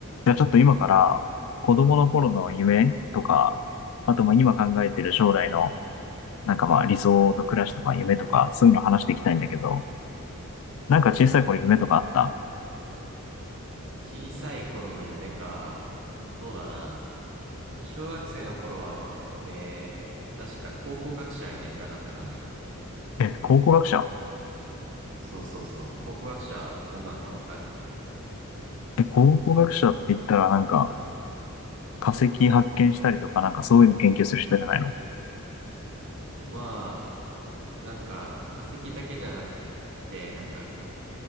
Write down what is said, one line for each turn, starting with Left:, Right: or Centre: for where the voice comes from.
Left: じゃあちょっと今から子供の頃の夢とか、あとまあ今考えてる将来のなんかまあ理想の暮らしとか夢とかそういうの話していきたいんだけど、なんか小さい頃夢とかあった
Right: 小さい頃の夢か。そうだな。小学生の頃は、俺、確か考古学者になりたかったかな。
Left: え、考古学者
Right: そうそうそう。考古学者、どんなんかわかる
Left: え、考古学者って言ったらなんか化石発見したりとかなんかそういうの研究する人じゃないの
Right: まあ、なんか、化石だけじゃなくて、なんか、